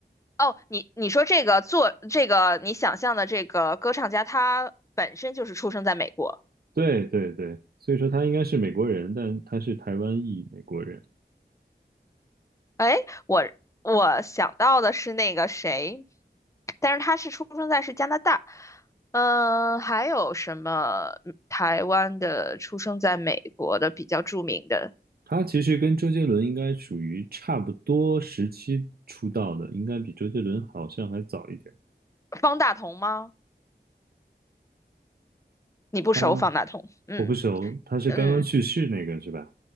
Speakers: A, on the left; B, on the right.
A: 哦，你你说这个做这个你想象的这个歌唱家，他本身就是出生在美国。
B: 对对对，所以说他应该是美国人，但他是台湾裔美国人。
A: 哎，我我想到的是那个谁，但是他是出生在是加拿大。嗯，还有什么台湾的出生在美国的比较著名的？
B: 他其实跟周杰伦应该属于差不多时期出道的，应该比周杰伦好像还早一点。
A: 方大同吗？你不熟方大同？
B: 他
A: 嗯
B: 我不熟，他是刚刚去世那个是吧？
A: 嗯，